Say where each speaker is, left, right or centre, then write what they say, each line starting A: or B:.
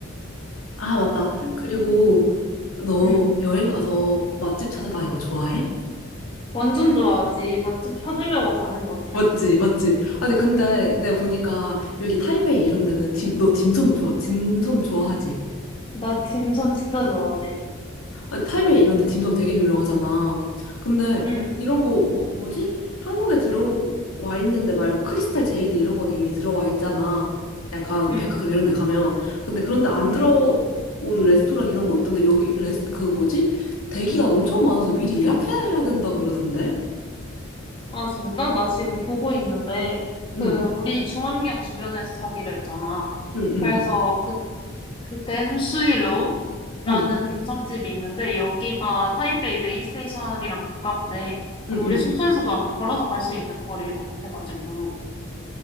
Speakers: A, on the left; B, on the left.
A: 아, 맞다.
B: 음,
A: 그리고 너
B: 음.
A: 여행 가서 맛집 찾아다니는 거 좋아해?
B: 완전 좋아하지. 맛집 찾으려고 가는 거지.
A: 맞지, 맞지. 아니, 근데 내가 보니까 여기 타이베이 이런 데는 딤, 너 딤섬 좋아, 딤섬 좋아하지?
B: 나 딤섬 진짜 좋아하지.
A: 아니, 타이베이 이런 데 딤섬 되게 유명하잖아. 근데
B: 응,
A: 이런 거 뭐, 뭐지? 한국에 들어와 있는데 말고 크리스탈 제이드 이런 거는 이미 들어와 있잖아. 약간
B: 응,
A: 백화점 이런 데 가면. 근데 그런데 안 들어온
B: 응.
A: 레스토랑 이런 거 있던데 여기 레스 그 뭐지? 대기가 엄청 많아서 미리 예약해야 된다고 그러던데.
B: 아, 진짜? 나 지금 보고 있는데,
A: 응.
B: 그, 우리 중앙역 주변에서 자기로 했잖아.
A: 응, 응.
B: 그래서 그, 그, 댄수이로우라는
A: 응.
B: 딤섬집이 있는데, 여기가 타이베이 메인스테이션이랑 가깝대. 그럼
A: 응,
B: 우리
A: 응.
B: 숙소에서도 아마 걸어서 갈 수 있는 거리일 것 같아가지고,